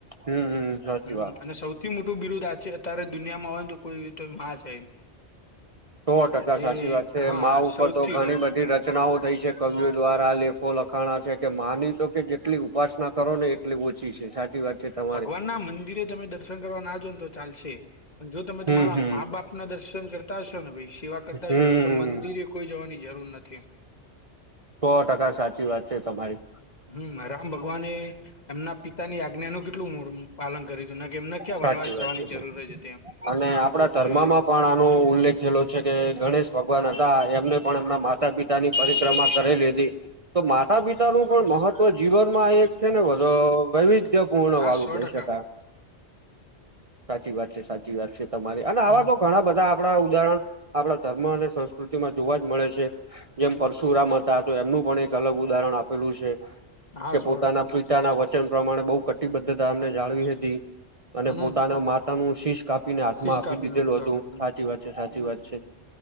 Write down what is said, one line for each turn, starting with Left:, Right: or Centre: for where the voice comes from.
Right: હમ હમ સાચી
Left: હું
Right: વાત
Left: અને સૌ સૌથી મોટું બિરુદ્ આથી અત્યારે દુનિયામાં હોય ને તો કોઈ તો માં છે.
Right: સો ટકા
Left: કે જે
Right: સાચી વાત છે
Left: હા
Right: માં ઉપર
Left: સૌથી
Right: તો ઘણી બધી ર ચનાઓ થઈ છે કવિઓ દ્વારા લેખો લખાણા છે કે માં
Left: હમ,
Right: ની તો કે જેટલી ઉપાસના કરો ને એટલી ઓછી છે. વાત છે તમારી
Left: ભગવાન ના મંદિરે તમે દર્શન કરવા નાજો ને તો ચાલશે પણ જો તમે
Right: હમ
Left: તમારા
Right: હમ
Left: માં બાપ પ ના દર્શન કરતા હશો ને ભી સેવા કરતા
Right: હમ
Left: હશો તો મંદિરે કોઈ જવાની જરૂર નથી એમ.
Right: સો ટકા સાચી વાત છે તમારી.
Left: હમ્મ રામ ભગવાન એ એમના પિતા ની આજ્ઞાનુ કેટલું પાલન કર્યું હતું કે એમને ક્યાં
Right: સાચી
Left: વનવાસ
Right: વાત
Left: જવાની
Right: છે
Left: જરૂર જ હતી એમ.
Right: અને આપડા
Left: આપડે
Right: ધર્મમાં
Left: જોઈએ તો
Right: પણ આનો ઉલ્લેખ જેટલો છે કે ગણેશ ભગવાન હતા એમને પણ એમના માતા પિતા ની પરિક્રમા કરી લીધી. તો માતા પિતા નું પણ મહત્વ જીવનમાં એક છે ને વધ વૈવિધ્ય પૂર્ણ
Left: હા
Right: વાળું
Left: સો
Right: કહી
Left: ટકા
Right: શકાય સાચી વાત છે સાચી વાત છે તમારી અને આવા
Left: હમ
Right: તો ઘણા બધા આપડા ઉદાહરણ આપડા ધર્મ અને સંસ્કૃતિમાં જોવા જ મળે છે જેમ
Left: હમ
Right: પરશુરામ હતા તો એમનું પણ એક અલગ ઉદાહરણ આપેલું છે.
Left: હા
Right: કે
Left: સો
Right: પોતાના
Left: ટકા
Right: પિતાના વચ ચ પ્રમાણે બહુ કટિબદ્ધતામને જાળવી હતી અને
Left: હમ
Right: પોતાના માતાનું શીશ કાપ પીને હાથ
Left: શીશ
Right: માં આપી
Left: કાપી
Right: દીધેલું
Left: નાખી તો આપડે હમ
Right: સાચી વાત છે સાચી
Left: હમ
Right: વાત છે.